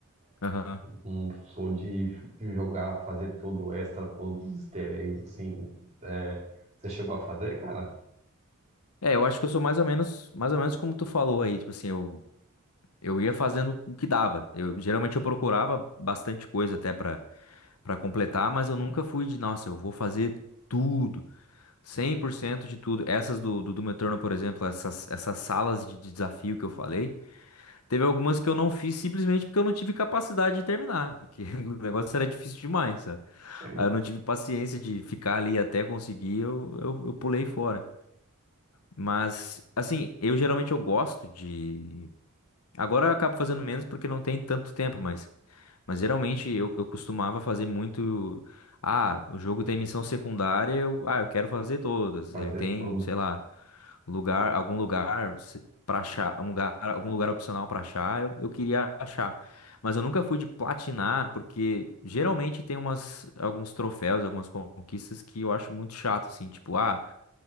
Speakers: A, on the left; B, on the right.
A: Aham.
B: não sou de jogar, fazer todo o extra, todos os easter eggs, assim. É, você chegou a fazer, cara?
A: É, eu acho que eu sou mais ou menos, mais ou menos como tu falou aí, tipo assim, eu, eu ia fazendo o que dava. Eu geralmente eu procurava bastante coisa até pra para completar, mas eu nunca fui de, nossa, eu vou fazer tudo, 100% de tudo. Essas do, do, do Metrono, por exemplo, essas, essas salas de de desafio que eu falei, teve algumas que eu não fiz simplesmente porque eu não tive capacidade de terminar, porque <laughs> o negócio era difícil demais, sabe?
B: É,
A: Aí eu não tive paciência de ficar ali até conseguir, eu, eu, eu pulei fora. Mas, assim, eu geralmente eu gosto de. Agora eu acabo fazendo menos porque não tem tanto tempo, mas. Mas geralmente eu, eu costumava fazer muito. Ah, o jogo tem missão secundária, eu, ah, eu quero fazer todas.
B: fazer
A: Ele tem,
B: tudo.
A: sei lá, lugar, algum lugar se- pra achar, um lugar, algum lugar opcional pra achar, eu, eu queria achar. Mas eu nunca fui de platinar, porque geralmente tem umas, alguns troféus, algumas conquistas que eu acho muito chato, assim, tipo, ah.